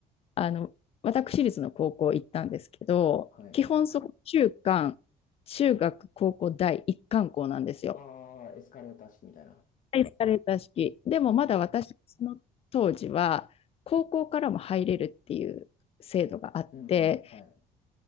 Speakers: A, on the left; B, on the left.
A: あの、私立の高校行ったんですけど、
B: はい。
A: 基本そこ中間、中学、高校、大一貫校なんですよ。
B: ああ、エスカレーター式みたいな。
A: はいエスカレーター式。でもまだ私、
B: はい。
A: その当時は、高校からも入れるっていう制度があって、
B: うん、うん、はい、